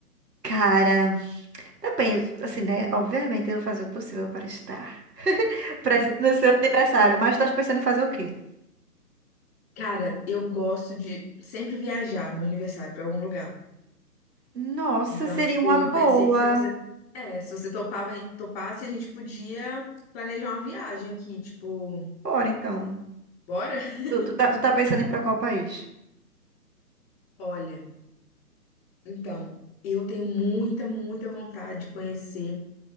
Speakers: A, on the right; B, on the left.
A: Cara, depende, assim, né? Obviamente eu vou fazer o possível para estar presente no seu aniversário, mas estás pensando em fazer o quê?
B: Cara, eu gosto de sempre viajar no meu aniversário pra algum lugar.
A: Nossa,
B: Então,
A: seria
B: tipo,
A: uma boa.
B: eu pensei que se você, é, se você topava, topasse, a gente podia planejar uma viagem aqui, tipo,
A: Bora, então.
B: bora? <laughs>
A: Tu, tu tá, tu tá pensando em ir pra qual país?
B: Olha, então, eu tenho muita, muita vontade de conhecer.